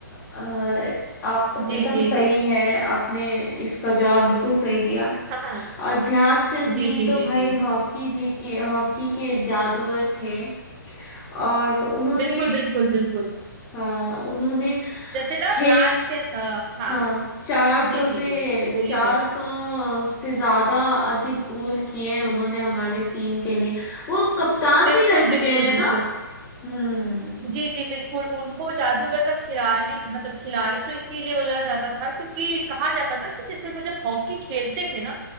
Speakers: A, on the left; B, on the right.
A: अ, आप
B: जी
A: एकदम
B: जी
A: सही
B: जी
A: है आपने इसका जवाब बिल्कुल सही दिया
B: हाँ हाँ
A: और ध्यानचंद
B: जी
A: जी
B: जी
A: तो
B: जी
A: भाई
B: जी
A: हॉकी जी के हॉकी के जादूगर थे और उन्होंने
B: बिल्कुल बिल्कुल बिल्कुल
A: हाँ उन्होंने
B: जैसे ना
A: छ
B: ध्यान चंद अ, हाँ
A: हाँ चार
B: जी
A: सौ से
B: जी जी जी बोलिए
A: चार
B: बोल
A: सौ से ज्यादा अधिक गोल किए हैं उन्होंने हमारे टीम के लिए वो कप्तान
B: बिल्कुल
A: भी रह चुके
B: बिल्कुल
A: हैं
B: बिल्कुल
A: ना हम्म
B: जी जी बिल्कुल उनको जादूगर का खिलाड़ी मतलब खिलाड़ी तो इसीलिए बोला जाता था क्योंकि कहा जाता था कि जैसे वो जब हॉकी खेलते थे ना